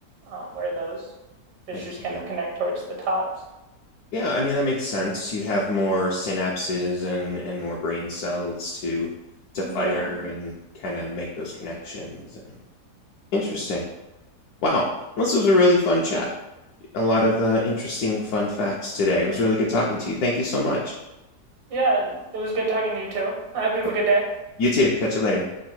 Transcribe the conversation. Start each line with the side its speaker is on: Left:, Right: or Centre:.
Right: uh, where those fissures
Left: I see.
Right: kind of connect towards the tops.
Left: Yeah, I mean that makes sense. You'd have more synapses and and more brain cells to to fire
Right: Yeah.
Left: and kind of make those connections and interesting. Wow. Well, this was a really fun chat. A lot of uh, interesting fun facts today. It was really good talking to you. Thank you so much.
Right: Yeah. It was good talking to you too. I hope you have
Left: Sure.
Right: a good day.
Left: You too. Catch you later.